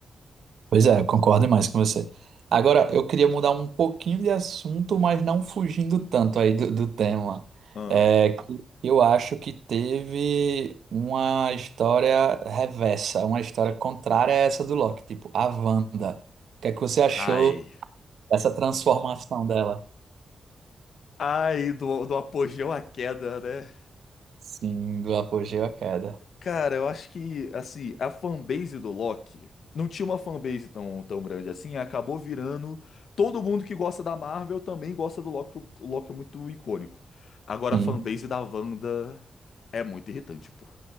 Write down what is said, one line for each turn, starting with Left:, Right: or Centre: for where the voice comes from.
Right: Pois é, concordo mais com você. Agora, eu queria mudar um pouquinho de assunto, mas não fugindo tanto aí do, do tema.
Left: Ah,
Right: É, que eu acho que teve uma história reversa, uma história contrária a essa do Loki, tipo, a Wanda. O que é que você achou?
Left: ai.
Right: Essa transformação dela.
Left: Ai, do, do apogeu à queda, né?
Right: Sim, do apogeu à queda.
Left: Cara, eu acho que, assim, a fanbase do Loki não tinha uma fanbase tão, tão grande assim, acabou virando. Todo mundo que gosta da Marvel também gosta do Loki, porque o Loki é muito icônico. Agora,
Right: Sim.
Left: a fanbase da Wanda é muito irritante, pô.